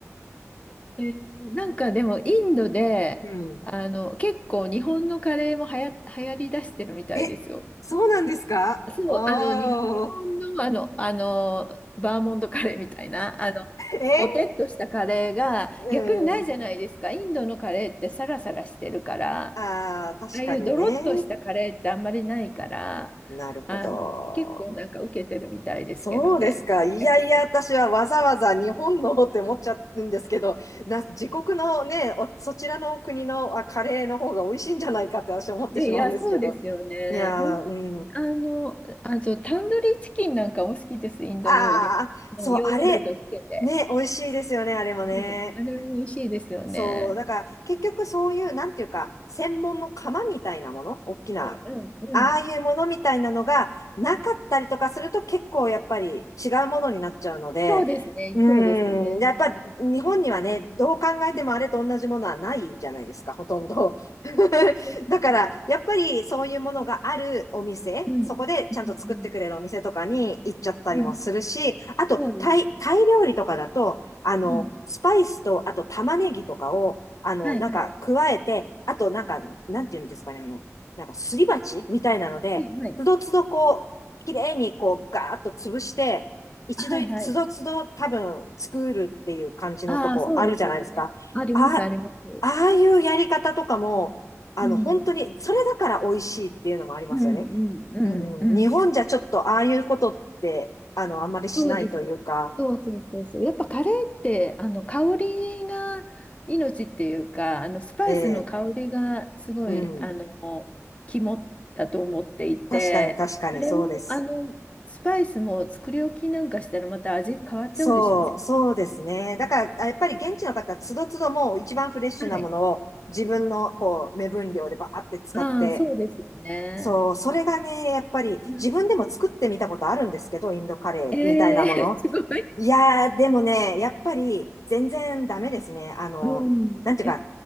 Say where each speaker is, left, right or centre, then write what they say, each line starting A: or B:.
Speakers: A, on the left (about 25°); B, on the left (about 80°).
A: えーなんかでも、
B: <laughs>
A: インドで、
B: うん。
A: あの、結構日本のカレーもはや、流行りだしてるみたいですよ。
B: え、そうなんですかおー。
A: そう、あの、に、日本のあの、あの、バーモントカレーみたいな、あの、
B: え、
A: ぼてっとしたカレーが逆にないじゃないですか。
B: うん。
A: インドのカレーってサラサラしてるから。あ
B: ああ、確かにね。
A: あいうドロッとしたカレーってあんまりないから、
B: なるほど。
A: あの、結構なんか受けてるみたいですけどね、
B: そうですか。いやいや、
A: 逆に。
B: 私はわざわざ日本のって思っちゃうんですけど、な、自国のね、おそちらの国のあカレーの方が美味しいんじゃないかって私は思ってしまうんですけど。
A: で、いや、そうですよね。
B: いやー、
A: 本当あの、
B: うん。
A: あと、タンドリーチキンなんかも好きです、インド料理。
B: ああ、そう、
A: あのヨーグルトつけて。
B: あれ、ね、美味しいですよね、あれもね。
A: うん、あれも美味しいですよね。
B: そう、だから結局そういう、なんていうか、専門の釜みたいなもの、大きな、
A: うんうんうん。
B: ああいうものみたいなのがなかったりとかすると結構やっぱり違うものになっちゃうので、
A: そうですね、
B: うーん、
A: そうですね。
B: やっぱ日本にはね、どう考えてもあれと同じものはないじゃないですか、
A: う
B: ほとんど。<laughs>
A: ん、
B: だから、やっぱりそういうものがあるお店、
A: うん、
B: そこでちゃんと作ってくれるお店とかに行っちゃったりもするし、
A: うん、うん、うん
B: あと、
A: そうですね。
B: タイ、タイ料理とかだと、あの、
A: うん、
B: スパイスと、あと玉ねぎとかを、あの、
A: はいはい。
B: なんか加えて、あとなんか、なんていうんですかね、あの、なんかすり鉢みたいなので、
A: はいはい。
B: つどつどこう、綺麗にこう、ガーッと潰して、一度、
A: あはいはい。
B: つどつど多分作るっていう感じのとこあるじゃないですか。
A: ああ、そうですよね。あります、
B: あ、
A: あります。
B: ああいうやり方とかも、あの、
A: うん、
B: 本当に、
A: うん、
B: それだから美味しいっていうのもありますよね。
A: うん、うん、
B: うん、
A: うん。
B: 日本じゃちょっとああいうことって、あの、あまりしないというか、
A: そうですね。そうそうそうそう。やっぱカレーって、あの、香りが命っていうか、あの、スパイスの香りがすごい、
B: えーうん。
A: あの、肝だと思っていて、
B: 確かに、確かに、
A: あれも、
B: そうです。
A: あの、スパイスも作り置きなんかしたらまた味変わっちゃうんでしょうね。
B: そう、そうですね。だから、あやっぱり現地の方、つどつどもう一番フレッシュなものを自分の、
A: はい。
B: こう、目分量でバーって使って、
A: ああ、そうですよね。
B: そう、それがね、やっぱり自分でも作ってみたことあるんですけど、
A: うん、
B: インドカレーみたいなもの。
A: ええ <laughs> すごい。
B: いやー、でもね、やっぱり全然ダメですね。あの、
A: うん、
B: なんていうか、
A: やっ